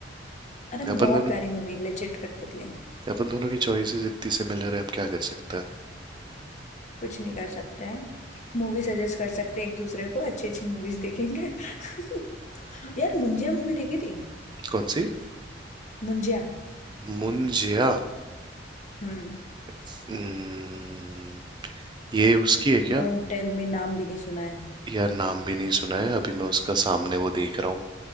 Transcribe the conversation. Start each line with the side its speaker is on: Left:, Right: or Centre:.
Left: अरे
Right: अपन
Left: बहुत
Right: दोनों
Left: प्यारी मूवी लेजिट कठपुतली
Right: अपन दोनों की चॉइसेस इतनी सिमिलर है अब क्या कर सकते हैं
Left: कुछ नहीं कर सकते हैं मूवी सजेस्ट कर सकते हैं एक दूसरे को अच्छी अच्छी मूवीज देखेंगे <laughs> यार मुंजिया मूवी देखी थी
Right: कौन सी
Left: मुंजिया
Right: मुंजिया
Left: हम्म
Right: हम्म, ये उसकी है क्या
Left: डोंट टेल मी नाम भी नहीं सुना है
Right: यार नाम भी नहीं सुना है अभी मैं उसका सामने वो देख रहा हूँ